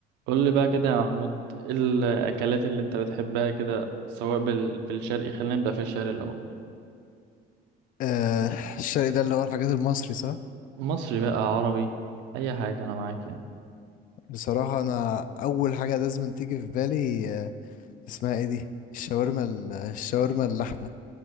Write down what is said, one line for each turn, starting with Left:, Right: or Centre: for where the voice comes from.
Right: قول لي بقى كده يا محمود ايه الاكلات اللي انت بتحبها كده سواء بال... في الشرقي خلينا نبدا في الشرقي الاول
Left: آه الشرق ده اللي هو الحاجات المصري صح
Right: مصري بقى عربي اي حاجه انا معاك يعني
Left: بصراحة أنا أول حاجة لازم تيجي في بالي آه اسمها إيه دي الشاورما ال- الشاورما اللحمة